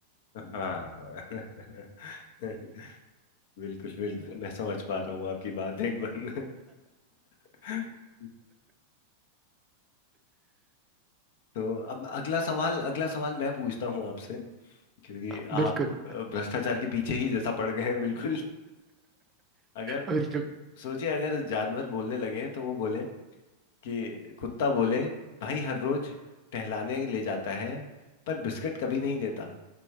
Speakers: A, on the left; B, on the right.
A: हाँ <laughs> बिल्कुल बिल्कुल मैं समझ पा रहा हूँ आपकी बात एकदम <laughs> तो अब अगला सवाल अगला सवाल मैं पूछता हूँ आपसे क्योंकि
B: <laughs> बिल्कुल
A: आप अ, भ्रष्टाचार के पीछे ही जैसा पड़ गए हैं बिल्कुल अगर
B: बिल्कुल
A: सोचिए अगर जानवर बोलने लगे तो वो बोले कि कुत्ता बोले भाई हर रोज टहलाने ले जाता है पर बिस्किट कभी नहीं देता